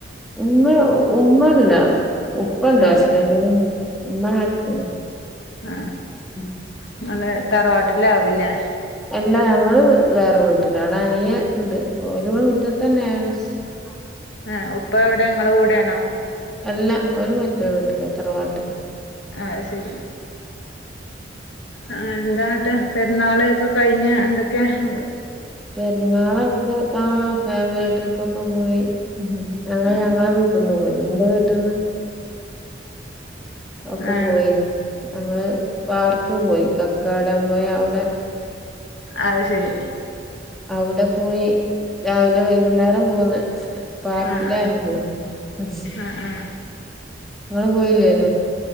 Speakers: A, in the centre; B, on the left (about 75°).
A: ഉമ്മ ഉമ്മല്ല ഉപ്പണ്ട്
B: ആഹ്
A: ഹസ്ബൻഡിന് ഉമ്മ <unintelligible>
B: ആഹ്
A: ഉം
B: ഇങ്ങള് തറവാട്ടിലാവില്ലേ
A: എല്ലാ ഞങ്ങള് വേറെ പോയിട്ടുണ്ട് അവിടെ അനിയൻ ഇണ്ട് ഓല് ഇവടെ മുറ്റത്ത് തന്നെയാണ് <unintelligible>
B: ആഹ് ഉപ്പ എവിടെ ഇങ്ങള കൂടെണോ
A: അല്ല ഓര് മറ്റേ വീട്ടിലാ തറവാട്ടില്
B: ആഹ് അത്ശെരി ആഹ് എന്താട്ട് പെരുന്നാളൊക്കെ കഴിഞ്ഞ് എന്തൊക്ക്യ ഏഹ്
A: പെരുന്നാളൊക്കെ ആഹ് ഫാമിലി ട്രിപ്പ് ഒക്കെ പോയി ഉം ഞങ്ങള്
B: ആഹ്
A: ഞങ്ങളെ വീ തിന്നുവും ഇന്റെ വീട്ടിന്ന് ഒക്കെ
B: ആഹ്
A: പോയിന് ഞങ്ങള് പാർക്ക് പോയി കക്കാടൻ പോയി അവടെ
B: അത് ശെരി
A: അവടെ പോയി രാവിലെ വൈകുന്നേരം പോന്ന് പാർക്കിലാനു
B: ആഹ് ആഹ്
A: പോയേ ഉം ഹും
B: ആഹ് ആഹ്
A: ഇങ്ങള് പോയില്ലേനോ